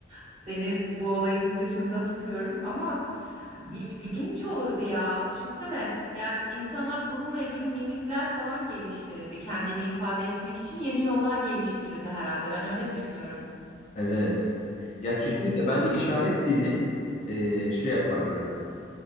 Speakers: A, on the right; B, on the left.
A: Seni bu olayın dışında tutuyorum ama ilginç olurdu ya. Düşünsene yani insanlar bununla ilgili mimikler falan geliştirirdi. Kendini ifade etmek için yeni yollar geliştirirdi herhalde. Ben öyle düşünüyorum.
B: Evet. Ya kesinlikle bence işaret dili e, şey yapardı.